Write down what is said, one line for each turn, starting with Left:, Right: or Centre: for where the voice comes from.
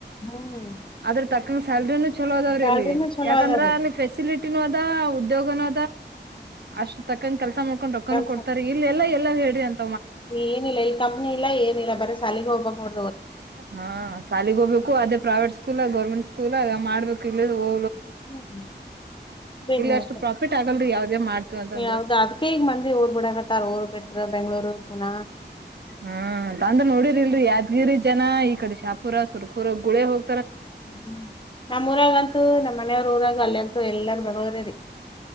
Left: ಹ್ಮ್
Right: ಅದ್ರ ತಕ ಸ್ಯಾಲರಿ ನು ಚಲೋದವ್ರಿ
Left: ಸ್ಯಾಲ್ರಿನೂ
Right: ಅಲ್ಲಿ
Left: ಚಲೋ
Right: ಯಾಕಂದ್ರೆ
Left: ಅದಾರಿ
Right: ಅಲ್ಲಿ ಫೆಸಿಲಿಟಿ ಅದ ಉದ್ಯೋಗನ ಅಷ್ಟ ತಕ್ಕಂಗ ಕೆಲಸ ಮಾಡ ರೊಕಾನುನನ್
Left: ಕೆಲ್ಸ
Right: ಕೊಡ್ತಾರೆ ಇಲ್ಲ ಎಲ್ಲ ಹೇಳಿ ಅಂತ
Left: ಏನಿಲ್ಲ ಇಲ್ಲಿ ಕಂಪ್ನಿ ಇಲ್ಲ ಏನಿಲ್ಲ ಬರ ಸಾಲಿಗೆ ಹೋಗ್ಬೇಕಕ್ ನೋಡ
Right: ಹಾ ಶಾಲಿಗೆ ಹೋಗ್ಬೇಕು ಅದೇ ಪ್ರೈವೇಟ್ ಸ್ಕೂಲ್ ಗೌರ್ಮೆಂಟ್ ಸ್ಕೂಲ್ ಆಗ ಮಾಡ್ಬೇಕು ಇ ಹೋ
Left: ಹ್ಮ <unintelligible>
Right: ಅಷ್ಟು ಪ್ರಾಫಿಟ್ ಆಗಲ್ರಿ ಯಾವ್ದೇ ಮಾಡ್ತೀವಿ ಅಂತಂದ್ರ
Left: ಯಾವ್ದ ಅದ್ಕೇ ಈಗ್ ಮಂದಿ ಊರ್ ಬಿಡಕತ್ತಾರ ಊರ್ ಬಿಟ್ರ ಬೆಂಗ್ಳೂರು ಪುನ
Right: ಹ್ಮ ತಂದ್ರ ನೋಡಿರಿ ಇಲ್ರಿ ಯಾದ್ಗಿರಿ ಜನ ಹ ಈ ಕಡೆ ಶಾಹ ಪುರಾಸುರ ಪುರ ಗುಳೆ ಹೋಗ
Left: ಹ್ಮ ನಮ್ಮೂಊರಾಗಂತೂ ನಮ್ಮ್ ಮನೆಯವ್ರ ಊರಾಗ ಅಲ್ಲಿಂತು ಎಲ್ಲಾರ ಬೆಂಗಗಳೂರರಿ